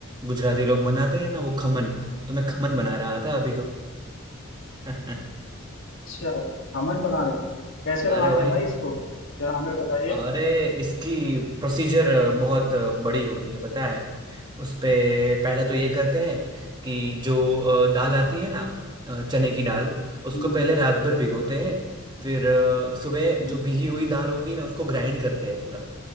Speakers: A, on the right; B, on the left.
A: गुजराती लोग बनाते हैं ना वो खमन तो मैं खमन बना रहा था अभी तो <laughs>
B: अच्छा खमन बना रहे थे कैसे
A: अरे
B: बनाते
A: वही
B: हैं भाई इसको
A: तो।
B: क्या हमें बताइए
A: अरे इसकी प्रोसीजर बहुत बड़ी होती है पता है उस पे पहला तो ये करते
B: अच्छा
A: हैं कि जो अ, दाल आती है ना अ, चने की दाल उसको
B: हम्म,
A: पहले
B: हम्म,
A: रात भर भिगोते हैं फिर अ, सुबह
B: हम्म,
A: जो भिगी हुई दाल होती है ना उसको ग्राइंड करते हैं पूरा